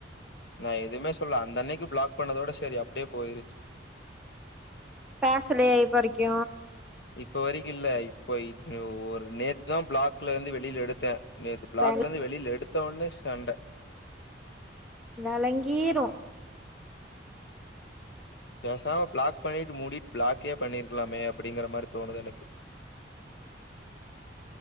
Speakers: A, on the left; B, in the centre.
A: நான் எதுமே சொல்லுல அந்த அன்னைக்கு பிளாக் பண்ணதோட சரி அப்டியே போயிருச்சு
B: பேசலயா இப்ப வரைக்கு
A: இப்ப வரைக்கு இல்ல இப்போ இ ஒரு நேத்து தா ப்ளாக்லருந்து வெளில எடுத்தே நேத்து ப்ளாக்லேந்து
B: வெள
A: வெளில எடுத் எடுத்தோன்னே சண்ட
B: வெளங்கீரும்
A: பேசாம ப்ளாக் பண்ணிட்டு மூடிட்டு ப்ளாக்கே பண்ணிருக்கலாமே அப்டிங்கிற மாரி தோணுது எனக்கு